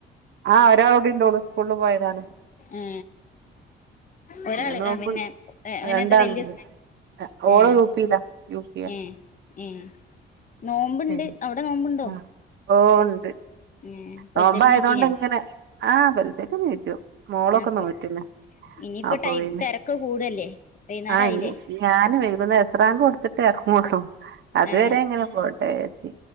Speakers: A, on the right (about 65°); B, on the left (about 40°).
A: ആഹ് ഒരാൾ ണ്ട് ഓള് സ്കൂളിൽ പോയതാണ്
B: ഏ ഒരാള്
A: പിന്നെ നോമ്പ്
B: പിന്നെ ഏഹ് അവനെന്താ
A: രണ്ടാളുണ്ട്
B: വല്യ
A: ഓള്
B: ഉം
A: യു പിയിലാ യു പിയാ
B: ഉം ഉം നോമ്പുണ്ട്
A: പിന്നെ
B: അവിടെ നോമ്പുണ്ടോ
A: ആ ഓ ഉണ്ട്
B: ഏ പൊലച്ചക്ക്
A: നോമ്പ് ആയതോണ്ട്
B: നീച്ചിനിയോ
A: ഇങ്ങനെ പെലച്ചക്കൊക്കെ നീച്ചു മോളൊക്കെ
B: അപ്പൊ
A: നോറ്റിണ്
B: ഇനിയിപ്പോ
A: അപ്പൊ
B: ടൈം
A: പിന്നെ
B: തിരക്ക് കൂടല്ലേ വൈന്നേരം
A: ആഹ്
B: ആയില്ലേ
A: ഇനി ഞാൻ വൈകുന്നേരം അസർ ബാങ്ക് കൊടുത്തിട്ടേ ഇറങ്ങ- ങ്ങുള്ളൂ അതുവരെ
B: ഏ
A: ഇങ്ങനെ പോട്ടെ വെച്ച്